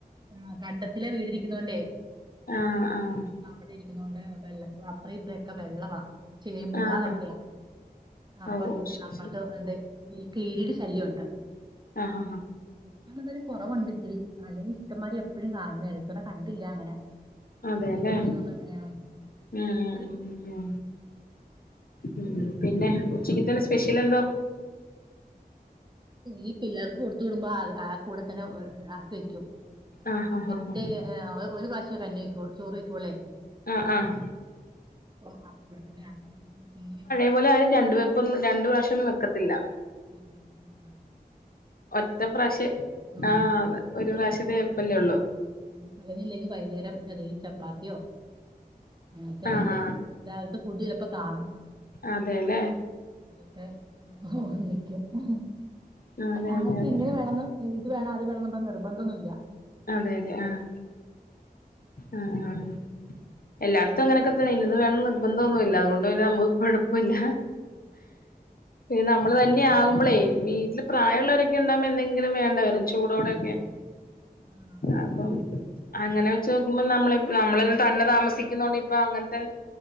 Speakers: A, on the right (about 30°); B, on the left (about 65°).
A: ആഹ് കണ്ടത്തില് വീട് ഇരിക്ക്‌ന്നോണ്ടേ
B: ആഹ് ആഹ്
A: അവിടെ ഇരിക്കുന്നോണ്ട് വെള്ള അപ്ര ഇപ്രൊക്കെ വെള്ളവാ ചേമ്പ്താളൊക്കെയ
B: ആഹ് ആഹ്
A: അപ്പം
B: ഓ ഓ ശരി
A: നമ്മൾ
B: ശരി
A: എന്ത ഈ കീരിയുടെ ശല്യണ്ട്
B: ആഹ് ആഹ്
A: ഇപ്പോണ എന്തായാലും കുറവുണ്ട് ഇച്ചിരി അല്ലെങ്കി ഇഷ്ടമാരി എപ്പോഴും കാണുന്നെ ഇപ്പോ കണ്ടില്ല അങ്ങനെ
B: അതെല്ലേ
A: നശിച്ചു പോയി തോന്നുന്നു
B: ഉം ഉം ഉം ഉം ഉം പിന്നെ ഉച്ചക്ക് ത്തെ സ്പെഷ്യൽ എന്തോ
A: ഈ പിള്ളേർക്ക് കൊടുത്തു വിടുമ്പോ ആ കൂടെ തന്നെ ആക്കും
B: ആഹ് ആഹ്
A: ഒറ്റ
B: ആഹ്
A: ഒരു പ്രാവശ്യ കഞ്ഞി വെക്ക ചോറ് വയ്ക്ക്‌ വള്ളെ
B: ആഹ് ആഹ്
A: പ്പ ആ കൊടുത്ത ആക്ക പ പി <inaudible>
B: അതുപോലെ ആരും രണ്ടു വെപ്പൊന്നും രണ്ട് പ്രാവശ്യംന്നും വെക്കത്തില്ല
A: അതെ അതെ ആഹ്
B: ഒറ്റ പ്രാവശ്യം
A: ഉം
B: ആഹ് അതെ ഒരു പ്രാവശ്യത്തെ വെപ്പല്ലേ ഉള്ളു
A: യുന്നില്ലെങ്കിൽ തേക്ഞ്ഞില്ലേൽലൊ വൈകുന്നേരം ഏതോലും ചപ്പാത്തിയോ അങ്ങനത്തെ ഇങ്ങനത്തെക്കെ
B: ആഹ് ആഹ്
A: രാവിലത്തെ ഫുഡ് ചിലപ്പ കാണും
B: അതെല്ലേ
A: അയൊക്കെ വന്നിക്കും <inaudible>
B: അതെ
A: ആൾക്ക്
B: അതെ അതെ
A: ഇങ്ങനെവേണന്ന് ഇത് വേണം അത് വേണമന്ന നിർബന്ധൊന്നും ഇല്ല
B: അതെ അതെ ആഹ് ആഹ് ആഹ് എല്ലായിടത്തും
A: പിന്നെ
B: അങ്ങനക്കെ ഇന്നത് വേണം നിർബന്ധന്നുല്ല അതുകൊണ്ട് തന്നെ നമുക്ക്‌ കുഴപ്പല്ല
A: ആഹ്
B: പിന്നെ നമ്മള് തന്നെ ആകുമ്പോളേ വീട്ടിൽ പ്രായമുള്ളവരൊക്കെ ഉണ്ടാകുമ്പോ എന്തെങ്കിലും വേണ്ട വരും ചൂടോടെയൊക്കെ
A: ആഹ്
B: അപ്പം അങ്ങനെ വെച്ച് നോക്കുമ്പോ നമ്മള നമ്മളെല്ലാം തന്നെ താമസിക്കുന്നോണ്ട് ഇപ്പൊ അങ്ങനത്തെ